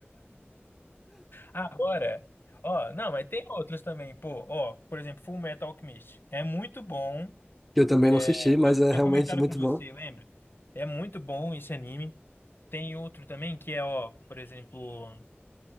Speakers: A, on the left; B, in the centre.
A: Agora, ó, não, mas tem outros também, pô, ó, por exemplo, Full Metal Alchemist. É muito bom,
B: Que eu também
A: é,
B: não assisti, mas é
A: tinha
B: realmente
A: comentado
B: muito
A: com você,
B: bom.
A: lembra? É muito bom esse anime. Tem outro também que é, ó, por exemplo,